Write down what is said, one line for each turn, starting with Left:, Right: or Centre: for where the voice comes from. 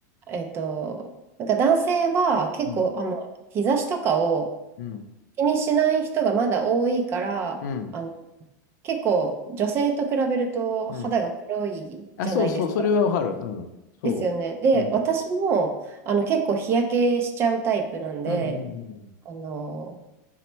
Right: えっと、なんか男性は結構、
Left: うん、
Right: あ、もう日差しとかを
Left: うん、
Right: 気にしない人がまだ多いから、
Left: うん、
Right: あの、結構女性と比べると肌が黒いじゃないですか。
Left: うん。あ、そうそう、それはわかる。うん、そう。
Right: ですよね。で、
Left: うん、
Right: 私も、
Left: うん、
Right: あの、結構日焼けしちゃうタイプなんで、
Left: うん、
Right: あの、